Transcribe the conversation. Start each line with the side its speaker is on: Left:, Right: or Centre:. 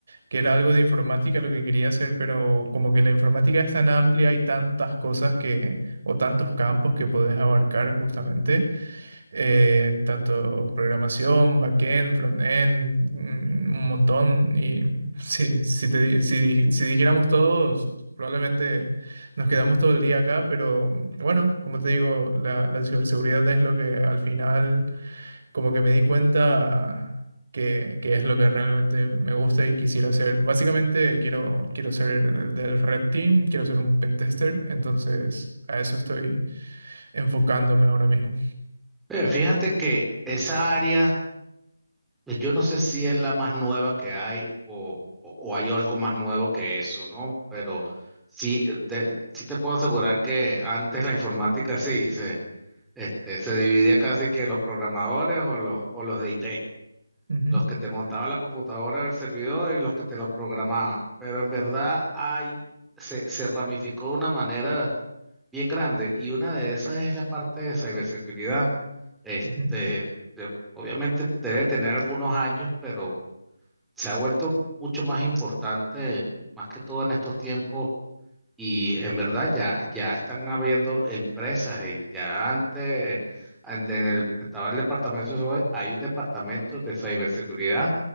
Right: que era algo de informática lo que quería hacer, pero como que la informática es tan amplia y tantas cosas que, o tantos campos que podés abarcar justamente eh, en tanto programación, backend, frontend, mm, un montón. Y <laughs> sí, si, te di- si, di- si dijéramos todos, probablemente nos quedamos todo el día acá, pero bueno, como te digo, la, la ciberseguridad es lo que al final como que me di cuenta... Que, que es lo que realmente me gusta y quisiera hacer. Básicamente quiero, quiero ser del, del Red Team, quiero ser un pentester, entonces a eso estoy enfocándome ahora mismo.
Centre: Eh, fíjate que esa área, pues, yo no sé si es la más nueva que hay o, o- o hay algo más nuevo que eso, ¿no? Pero sí, de- sí te puedo asegurar que antes la informática sí se, este, se dividía casi que los programadores o los, o los de IT.
Right: Ujú,
Centre: los que te montaban la computadora o el servidor y los que te lo programaban. Pero en verdad hay, se, se ramificó de una manera bien grande y una de esas es la parte de ciberseguridad. Este,
Right: ujú.
Centre: de- obviamente debe tener algunos años, pero se ha vuelto mucho más importante, más que todo en estos tiempos. Y en verdad ya, ya están habiendo empresas y ya antes en el- estaba el departamento de, ciber- hay un departamento de ciberseguridad